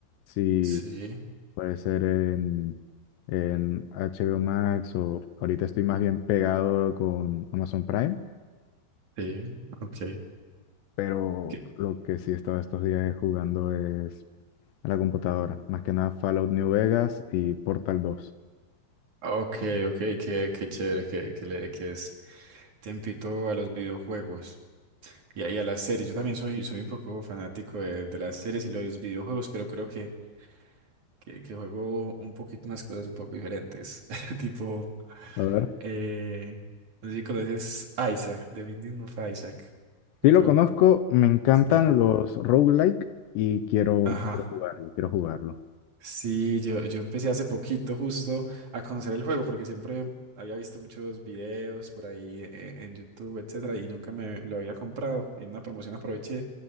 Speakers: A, on the left (about 75°); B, on the right (about 40°).
A: si,
B: sí,
A: Puede ser en, en HBO Max o ahorita estoy más bien pegado con Amazon Prime,
B: sí, ok.
A: pero
B: ¿Qué-
A: lo que sí he estado estos días es jugando es a la computadora. Más que nada Fallout New Vegas y Portal dos
B: Ok, ok, qué, qué chévere que, que le que es tempito a los videojuegos y, a- y a las series. Yo también soy, soy un poco fanático de, de las series y los videojuegos, pero creo que, que, que juego un poquito unas cosas un poco diferentes. <laughs> Tipo,
A: A ver.
B: Eh, no sé si conoces Isaac, The Binding of Isaac, de
A: Sí
B: pronto.
A: lo conozco, me encantan
B: Sí,
A: los roguelike y quiero,
B: ajá.
A: quiero jugarlo, quiero jugarlo.
B: Sí, yo, yo empecé hace poquito justo a conocer el juego porque siempre había visto muchos videos por ahí eh, en YouTube, etcétera, y nunca me lo había comprado. Y en una promoción aproveché